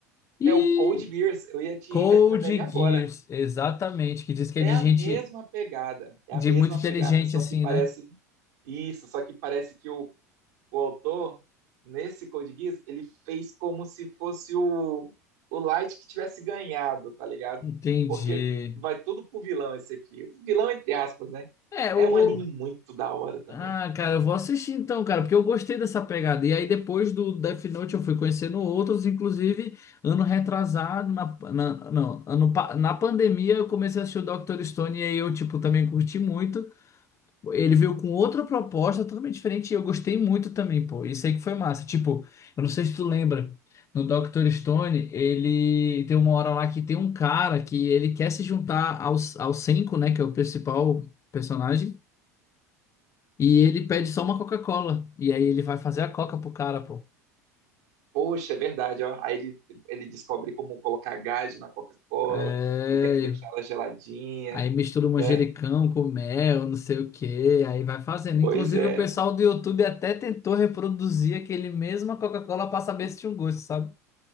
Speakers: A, on the left; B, on the right.
A: E
B: É o Code Geass. Eu ia te
A: Code
B: recomendar ele agora.
A: Geass, exatamente, que diz que
B: É
A: é de
B: a
A: gente
B: mesma pegada, é
A: de
B: a mesma
A: muito inteligente
B: pegada, só
A: assim,
B: que parece
A: né?
B: isso, só que parece que o, o autor, nesse Code Geass, ele fez como se fosse o, o Light que tivesse ganhado, tá ligado?
A: Entendi.
B: Porque vai tudo pro vilão esse aqui. O vilão, entre aspas, né?
A: É,
B: É
A: o,
B: um anime
A: o-
B: muito da hora também.
A: Ah, cara, eu vou assistir então, cara, porque eu gostei dessa pegada. E aí depois do Death Note eu fui conhecendo outros, inclusive ano retrasado na, na não, ano pa- na pandemia eu comecei a assistir o Dr. Stone e aí eu tipo também curti muito. Ele veio com outra proposta totalmente diferente e eu gostei muito também, pô. Isso aí que foi massa. Tipo, eu não sei se tu lembra, no Dr. Stone, ele tem uma hora lá que tem um cara que ele quer se juntar aos ao Senko, né, que é o principal personagem, e ele pede só uma Coca-Cola. E aí ele vai fazer a Coca pro cara, pô.
B: Poxa, é verdade, ó. Aí ele, ele descobre como colocar gás na Coca-Cola
A: É,
B: e tem que deixar ela geladinha,
A: aí mistura o manjericão
B: né?
A: com mel, não sei o que, aí vai fazendo.
B: Pois
A: Inclusive,
B: é,
A: o pessoal do YouTube até tentou reproduzir aquele mesmo a Coca-Cola pra saber se tinha um gosto, sabe?